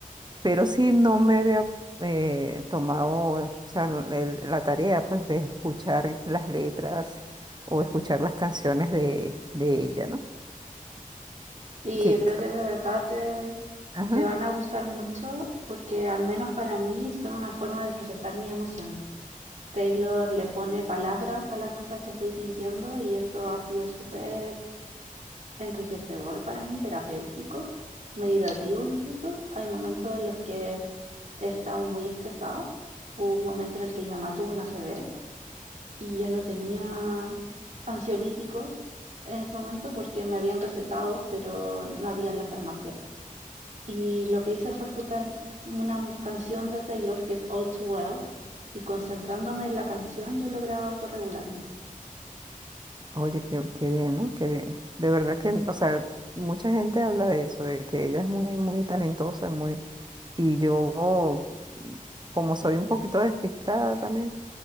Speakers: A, on the right (about 30°); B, on the right (about 55°).
A: Pero sí no me había eh, tomado, o sea, no- el- la tarea, pues, de escuchar las letras o escuchar las canciones de, de ella, ¿no?
B: Sí,
A: Que,
B: yo creo
A: que-
B: que de verdad te,
A: Ajá.
B: te van a gustar mucho porque al menos para mí son una forma de procesar mis emociones. Taylor le pone palabras a las cosas que estoy sintiendo y eso ha sido súper enriquecedor para mí, terapéutico, meditativo incluso. Hay momentos en los que he estado muy estresada. Hubo un momento en el que mi mamá tuvo una ACV y yo no tenía ansiolíticos en ese momento porque me habían recetado, pero no había en la farmacia. Y lo que hice fue escuchar una m- canción de Taylor que es All Too Well y concentrándome en la canción yo lograba autorregularme.
A: Oye, qué, qué bien, ¿no? Qué bien. De verdad que, o sea, mucha gente habla de eso, de que ella es muy, muy talentosa, muy... Y yo, como soy un poquito despistada también,